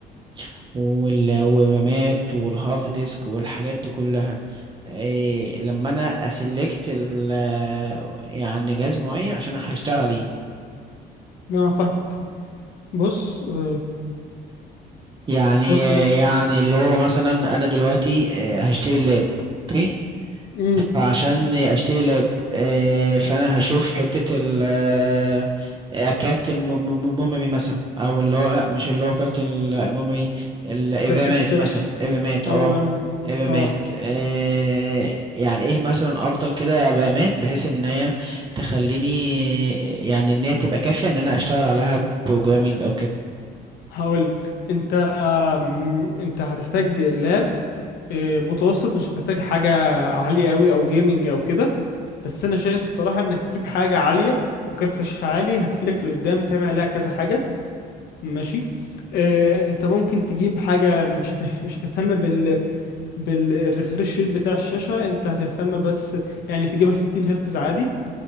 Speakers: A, on the right; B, on the left.
A: وال- والرامات والهارد ديسك والحاجات دي كلها إيه لما انا اسلكت ال يعني جهاز معين عشان هشتغل عليه
B: اه فاهم بص آه،
A: يعني
B: بص يا اسطى
A: يعني اللي هو مثلا انا دلوقتي آه، هشتري اللاب اوكي
B: امم
A: عشان اشتري لاب آه، فانا هشوف حتة ال آه، آه، كارت الم- م- م- الميموري مثلا او اللي هو لا مش اللي هو كارت ال- الميموري ال- الرامات
B: كارت الشاشه
A: مثلا الرامات اه
B: او الرامات
A: الرامات
B: اه
A: آه، يعني ايه مثلا افضل كده رامات بحيث ان هي تخليني يعني ان هي تبقى كافية ان انا اشتغل عليها بروجرامينج او كده
B: هقول لك، انت آم، انت هتحتاج لاب آه، متوسط مش هتحتاج حاجه عاليه قوي او جيمنج او كده بس انا شايف الصراحه انك تجيب حاجه عاليه وكارت الشاشه عالي هتفيدك لقدام تعمل عليها كذا حاجه ماشي آه، انت ممكن تجيب حاجه مش هت... مش هتهتم بال بالريفرش ريت بتاع الشاشة انت هتهتم بس يعني تجيبها 60 هرتز عادي